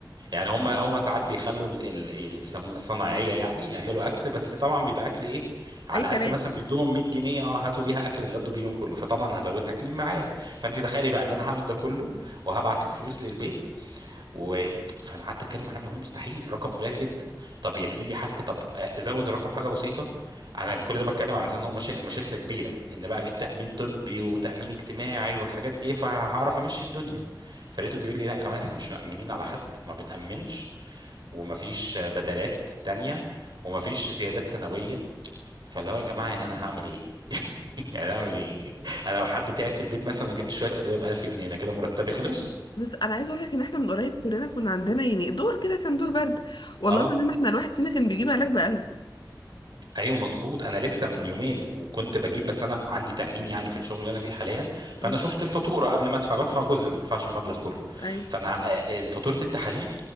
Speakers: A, on the right; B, on the left.
A: يعني هم هم ساعات بيخلوا ال- ال- اللي بيسموه الصناعيه يعني يعملوا اكل بس طبعا بيبقى اكل ايه على
B: اي كلام
A: قد مثلا بيدوهم 100 جنيه اه هاتوا بيها اكل اتغدوا بيه اليوم كله فطبعا هزود اكل معايا فانت تخيلي بقى ان انا هعمل ده كله وهبعت الفلوس للبيت و فانا قعدت اتكلم عنه اللي هو مستحيل رقم قليل جدا طب يا سيدي حتى طب آه، زود الرقم حاجه بسيطه انا كل ده بتكلم على اساس ان هم شر- هم شركه كبيره ان بقى
B: آه.
A: في تامين طبي وتامين اجتماعي والحاجات دي فهعرف امشي الدنيا فلقيته بيقول لي لا كمان احنا مش مأمنين على حد ما بنأمنش ومفيش آه، بدلات تانية ومفيش زيادات سنويه فاللي هو يا جماعه يعني انا هعمل ايه <laughs> يعني اعمل ايه <laughs> انا لو حد تعب في البيت مثلا وجبت شويه ادويه ب 1000 جنيه انا كده مرتبي خلص
B: بس انا عايزه اقول لك ان احنا من قريب كلنا كنا عندنا يعني دور كده كان دور برد والله
A: اه
B: العظيم احنا الواحد فينا كان بيجيب علاج ب 1000
A: ايوه مظبوط انا لسه من يومين وكنت بجيب بس انا عندي تامين يعني في الشغل اللي انا فيه حاليا فانا
B: اه
A: شفت الفاتوره قبل ما ادفع بدفع جزء ما بدفعش المبلغ كله
B: ايوه
A: فانا آه، آه، فاتوره التحاليل